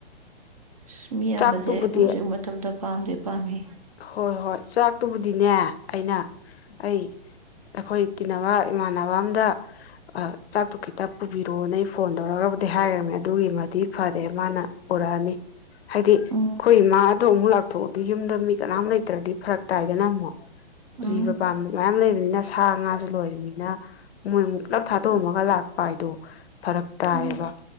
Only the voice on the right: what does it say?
ꯑꯁ ꯃꯤꯌꯥꯝꯕꯖꯦ
ꯍꯧꯖꯤꯛ ꯃꯇꯝꯗ ꯄꯥꯝꯗꯦ ꯄꯥꯝꯃꯤ
ꯎꯝ
ꯎꯝ
ꯎꯝ